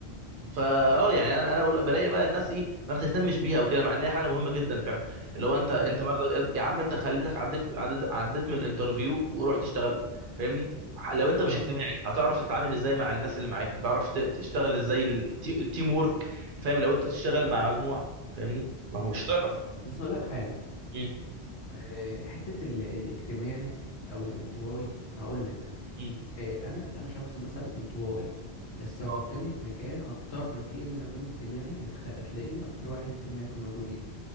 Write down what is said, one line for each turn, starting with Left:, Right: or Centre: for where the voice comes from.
Right: فا اه يعني انا انا بل- بلاقي بقى الناس ايه ما بتهتمش بيها وكده مع ان هي حاجه مهمه جدا فعلا اللي هو انت انت
Left: مم.
Right: مرضى يا عم انت خليتك عديت عديت, عديت من الانترفيو ورحت اشتغلت فاهمني ح- لو انت مش
Left: اه
Right: اجتماعي هتعرف تتعامل ازاي مع الناس اللي معاك هتعرف ت- تشتغل ازاي ال- التي- التيم وورك فاهم لو انت بتشتغل مع مجموعه فاهمني ما
Left: مم.
Right: هو مش هتعرف
Left: بس أقول لك حاجة
Right: امم
Left: آه، حتة ال- الاجتماعي أو الانطوائي هقول لك
Right: امم
Left: آه، انا انا شخص مثلا انطوائي بس حطني
Right: اه
Left: في مكان اضطر فيه ان انا اكون اجتماعي هتخ... هتلاقيني اكتر واحد اجتماعي في الموجودين